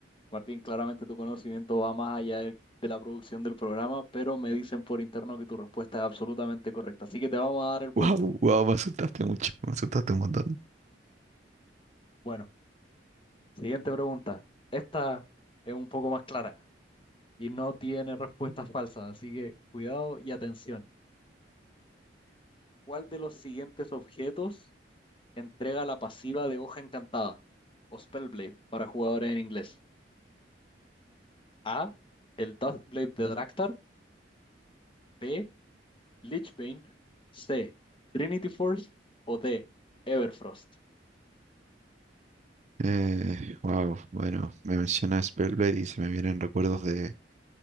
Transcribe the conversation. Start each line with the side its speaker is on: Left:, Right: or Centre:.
Left: Martín, claramente tu conocimiento va más allá del- de, la producción del programa, pero me dicen por interno que tu respuesta es absolutamente correcta. Así que te vamos a dar el punto.
Right: Wow, wow, me asustaste mucho, me asustaste un montón.
Left: Bueno, siguiente pregunta. Esta es un poco más clara y no tiene respuestas falsas, así que cuidado y atención. ¿Cuál de los siguientes objetos Entrega la pasiva de Hoja Encantada o Spellblade para jugadores en inglés. A. El Dustblade de Draktar. B. Lichbane. C. Trinity Force. O D. Everfrost.
Right: Eh, wow, bueno, me menciona Spellblade y se me vienen recuerdos de, de